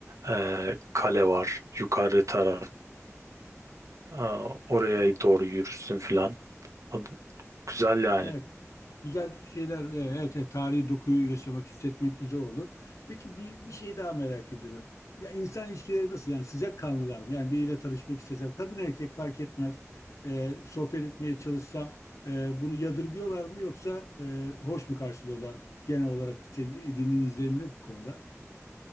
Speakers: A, on the right; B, on the left.
A: eee, kale var. Yukarı taraf. Aa, oraya doğru yürürsün filan. O- Güzel yani.
B: Evet. Güzel şeyler. e, Evet, evet, tarihi dokuyu yaşamak, hissetmek güzel olur. Peki bir, bir şey daha merak ediyorum. Ya insan ilişkileri nasıl? Yani sıcakkanlılar mı? Yani biriyle tanışmak istesem, kadın erkek fark etmez. Ee, sohbet etmeye çalışsam e, bunu yadırgıyorlar mı yoksa e, hoş mu karşılıyorlar genel olarak senin edindiğin izlenim ne bu konuda?